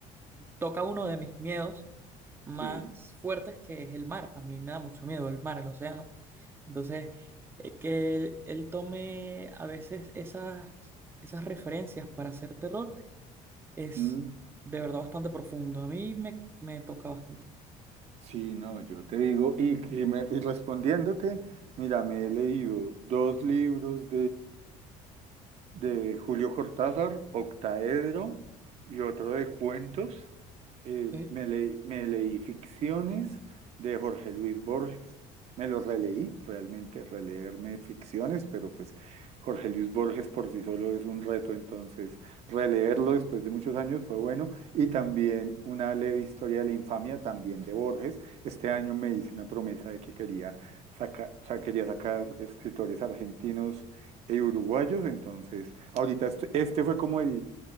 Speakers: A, on the right; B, on the right.
A: toca uno de mis miedos más
B: Sí,
A: fuertes, que es el mar. A mí me da mucho miedo el mar, el océano. Entonces, eh, que él, él tome a veces esas, esas referencias para hacer terror es
B: Mm,
A: de verdad bastante profundo. A mí me, me toca bastante.
B: sí, no, yo te digo, y, y me- y respondiéndote, mira, me he leído dos libros de Julio Cortázar, Octaedro y otro de cuentos. Eh,
A: ¿sí?
B: me leí, me leí Ficciones de Jorge Luis Borges. Me lo releí, realmente releerme Ficciones, pero pues Jorge Luis Borges por sí solo es un reto, entonces releerlo después de muchos años fue bueno. Y también una leve historia de la infamia, también de Borges. Este año me hice una promesa de que quería, saca- sa- quería sacar escritores argentinos eh, uruguayos, entonces, ahorita est- este fue como el,